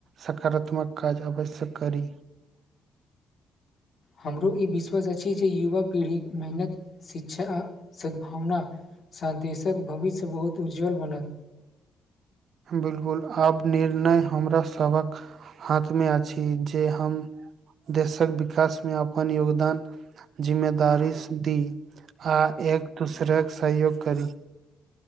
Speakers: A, on the right; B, on the left.
A: सकारात्मक काज अवश्य्यक करी
B: हमरो ई विश्वास अछि जे युवा पीढ़ी मेहनत शिक्षा आ सद्भावना साथ देशक भविष्य बहुत उज्ज्वल बनत
A: बिल्कुल आब निर्णय हमरा सभक हाथमे अछि जे हम देशक विकास मे अपन योगदान जिम्मेदारी दी आ एक दोसरा के सहयोग करी